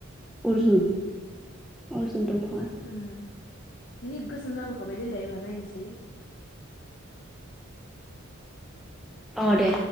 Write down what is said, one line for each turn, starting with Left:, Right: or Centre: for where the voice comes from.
Centre: अर्जुन अर्जुन दंफाङा
Left: होम जि गोसोम जाबोखाबाय देलाय एबार नायनोसै
Centre: अ दे